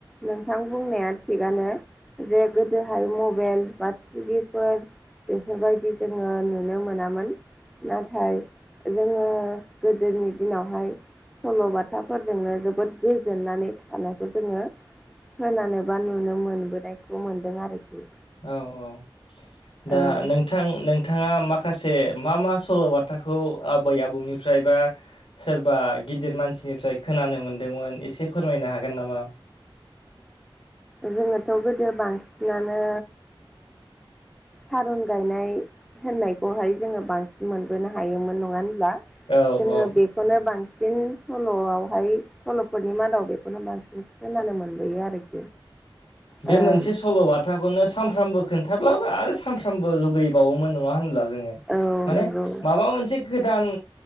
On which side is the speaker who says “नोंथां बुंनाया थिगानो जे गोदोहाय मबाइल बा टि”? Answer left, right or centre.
Centre